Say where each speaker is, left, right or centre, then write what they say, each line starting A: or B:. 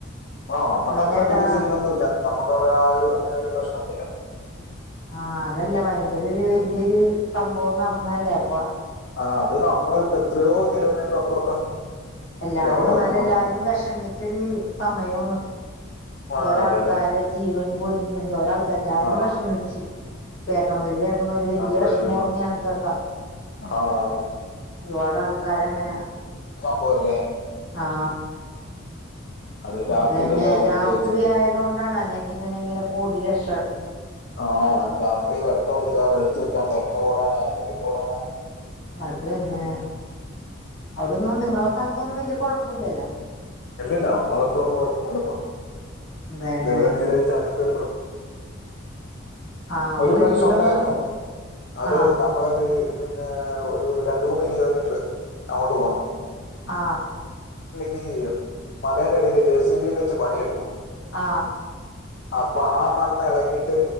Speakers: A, on the left; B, on the left.
A: അ.. നമ്മക്കത്രവലിയഒരുസീനൊന്നുമില്ല,
B: ഇങ്ങനെയൊക്കെ
A: നമ്മക്കവിടെ ആ ഒരു അങ്ങനെ ഒരു പ്രശ്ന നാമെല്ലാം
B: ആ.. അതല്ലാ, ഭയങ്കരമൊരു വലിയയൊരു സംഭവം നടന്നതല്ലേയപ്പം
A: ആ.. അതുനമ്മളെത്രയോ കിലോമീറ്ററപ്പു- അപ്പുറത്താ
B: എല്ലാവരും
A: കിലോമീറ്റർ
B: വന്നാലുമെല്ലാവരും
A: മണി
B: വിഷമിക്കുമെടീ സമയമാണ് എന്തോരാൾക്കാരുടെ
A: ആ അതെ അതെ
B: ജീവൻ പൊലിഞ്ഞെന്തോരമാണ് എല്ലാവരും
A: ആ
B: വിഷമിച്ചു. കേക്കണവരുകേക്ക് നമ്മളൊരു വലിയവിഷമമുറങ്ങിയ
A: നമ്മള്
B: ആൾക്കാർക്ക,
A: ആഹ് ഇപ്പൊ
B: ഒരു പാട് ആൾക്കാരങ്ങനെയാ..
A: മ്പവല്ലേ
B: ആ.
A: അത് രാത്രിക്കല്ലേ
B: അതുതന്നെ
A: സംഭവിച്ചത്
B: രാത്രിയായതുകൊണ്ടാണ്, അല്ലെങ്കിൽ എങ്ങനെങ്കിലൊക്കെ ഓടി രക്ഷ
A: ആ രാത്രി വെട്ടവുല്ലാ, വെളിച്ചവുല്ലാതെ എങ്ങനെഓടാനാ, എടെക്കോടാനാ
B: അതന്നെ, അവിടൊന്നും നിങ്ങളെ സ്ഥലത്തൊന്നും വലിയ കുഴപ്പമില്ലല്ലോ
A: ഇല്ലില്ല, നമ്മടെ സ്ഥലത്തൊന്നും കുഴപ്പമില്ലാതെപോന്നു.
B: അതെല്ലേ
A: ദൈവ അനുഗ്രഹിച്ച് <inaudible>
B: ആഹ് അപ്പൊ
A: ഒരു
B: വീട്ടിലൊന്നും
A: പ്രാവശ്യമുണ്ടായിരുന്നു. അത്,
B: ആഹ്
A: നമ്മളത് പിന്നെ ഏ. ഒരു രണ്ടുമൂന്ന് കിലോമീറ്ററ് അങ്ങോട്ടുപോണം
B: ആ
A: നീയോ മലേന്റെഅടില് ജെ. സി. ബി. യുംവച്ച് പണിയെടുക്കും
B: ആ
A: അപ്പആ മണ്ണിളകിയിട്ട്,